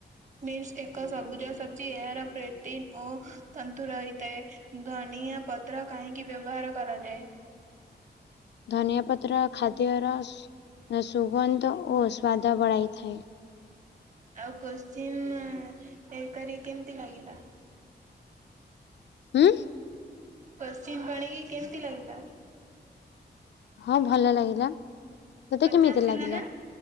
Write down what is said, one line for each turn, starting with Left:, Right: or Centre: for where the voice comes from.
Right: ମିନ୍ସ ଏକ ସବୁଜ ସବଜି ଏହାର ପ୍ରୋଟିନ ଓ ତନ୍ତୁ ରହିଥାଏ। ଧନିଆ ପତ୍ର କାହିଁକି ବ୍ୟବହାର କରାଯାଏ?
Left: ଧନିଆ ପତ୍ର ଖାଦ୍ୟର ସୁଗନ୍ଧ ଓ ସ୍ଵାଦ ବଢାଇଥାଏ।
Right: ଆଉ କୋଶ୍ଚିିନ ହେଇ କରି କେମିତି ଲାଗିଲା?
Left: ହୁଁ
Right: କୋଶ୍ଚିନ୍ କରିକି କେମିତି ଲାଗିଲା?
Left: ହଁ ଭଲ ଲାଗିଲା। ତତେ
Right: ମଜା
Left: କେମିତି
Right: ଆସିଲା
Left: ଲାଗିଲା
Right: ନା?